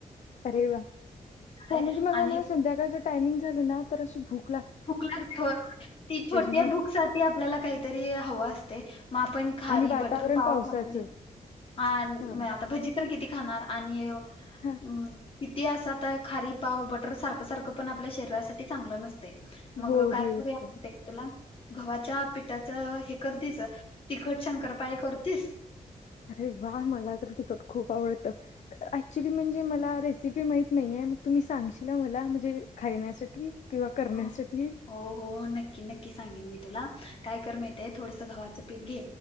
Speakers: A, on the left; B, on the left.
A: अरे वा हो
B: आहे
A: म्हणजे मला
B: आणि
A: ना संध्याकाळचं टायमिंग झालं ना तर अशी भूक -
B: भुक लागतय होय होय ती छोट्या
A: हां
B: भूक साठी आपल्याला काहीतरी हवं असतय मग आपण खारी
A: आणि वातावरण
B: बटर पाव
A: पावसाचं
B: खातोय आणि
A: हां
B: आता भजी तर किती - खाणार आणि हों --
A: हां
B: <inaudible> अं इतिहासात हाय खारी, पाव, बटर सारखं सारखं पण आपल्या शरीरासाठी चांगलं नसतय. मग
A: हो
B: काय
A: बाहेरचं
B: करूया <unintelligible> तुला -- गव्हाच्या पिठाचं हे करतीसच तिखट शंकरपाळी करतीस?
A: अरे वा मला तर तिकड खूप आवडतं ऍक्च्युली म्हणजे मला रेसिपी माहीत नाहीये मग तुम्ही सांगशील मला म्हणजे खायण्यासाठी -- किंवा करण्यासाठी?
B: हो
A: <inaudible>
B: हो हो हो, नक्की नक्की सांगीन मी तुला -- काय कर माहीतेय थोडंसं गव्हाचं -- पिठं घे.